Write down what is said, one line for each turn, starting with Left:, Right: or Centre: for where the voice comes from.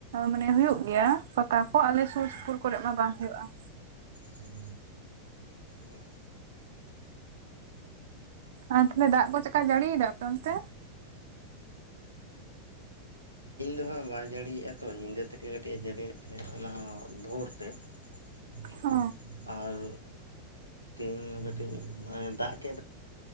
Right: ᱢᱟᱱᱮ ᱦᱩᱭᱩᱜ ᱜᱮᱭᱟ ᱯᱟᱛᱟ ᱠᱚ ᱟᱞᱮ ᱥᱩᱨ ᱥᱩᱯᱩᱨ ᱠᱚᱨᱮᱜ ᱢᱟ ᱵᱟᱝ ᱦᱩᱭᱩᱜᱼᱟ ᱾
Left: ᱦᱮᱸ ᱦᱮᱸ,
Right: ᱟᱨ ᱛᱟᱦᱚᱞᱮ ᱫᱟᱜ ᱠᱚ ᱪᱮᱜ ᱠᱟ ᱡᱟᱹᱲᱤᱭᱮᱫᱟ ᱟᱯᱮ ᱚᱱᱛᱮ?
Left: ᱦᱟᱜ ᱵᱟᱭ ᱡᱟᱹᱲᱤᱭᱮᱜᱼᱟ ᱛᱚ ᱧᱤᱫᱟᱹ ᱛᱮᱜᱮ ᱠᱟᱹᱴᱤᱡ ᱮ ᱡᱟᱹᱲᱤᱭᱮᱫ ᱛᱟᱦᱮᱸᱜ ᱚᱱᱟ ᱦᱚ ᱵᱷᱳᱨ ᱛᱮ ᱾
Right: ᱚ
Left: ᱟᱨ ᱛᱮᱦᱮᱧ ᱠᱟᱹᱴᱤᱡ ᱫᱟᱜ ᱠᱮᱫ